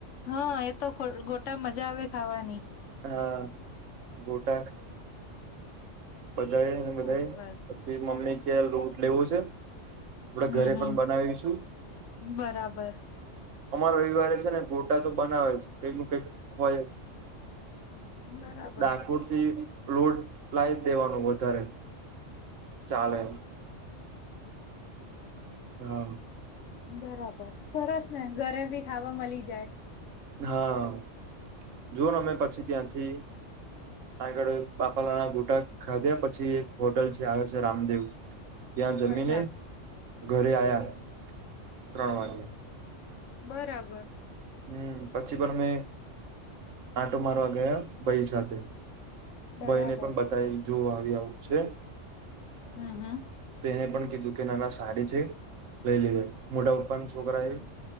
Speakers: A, on the left (about 75°); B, on the right (about 85°).
A: હા એતો ગોટા મજા આવે ખાવાની.
B: હા ગોટા બધા ને બધા
A: બરોબર
B: પછી મમ્મી ક્યાં લોટ લેવો છે. આપડે
A: હમ
B: ઘરે
A: હમ
B: પણ બનાવીશું.
A: બરાબર
B: અમાર રવિવારે છે ને ગોટા તો બનાવે છે કંઈક નું કઈક હોય.
A: બરાબર
B: ડાકોર થી લોટ લાય દેવાનું વધારે ચાલે. હા.
A: બરાબર સરસ ને ઘરે ભી ખાવા મળી જાય.
B: હા જોઓને અમે પછી ત્યાંથી આ આગળ બાપાલાના ગુટા ખાધ્યા પછી એક હોટલ છે આવે છે રામદેવ ત્યાં જમીને
A: અચ્છા
B: ઘરે આયા ત્રણ વાગે
A: બરાબર.
B: હમ્મ પછી પણ મેં આટો મારવા ગયા ભાઈ સાથે
A: બરાબર
B: ભયને પણ બતાવી જોવ આવી આવું છે.
A: હમ હમ
B: તે એને પણ કીધું નાન સારી છે લઈ લે મોટા પપ્પાના છોકરાએ